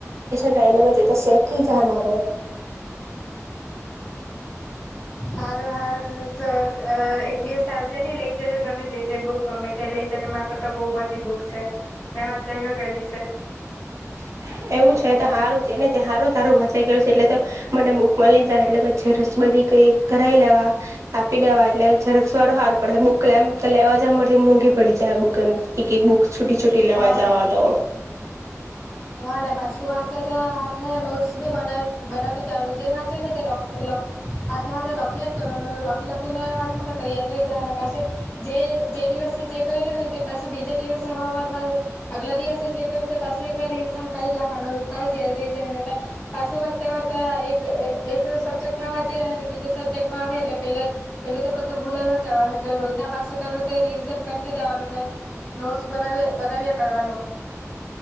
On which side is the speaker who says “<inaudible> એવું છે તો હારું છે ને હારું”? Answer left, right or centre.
Right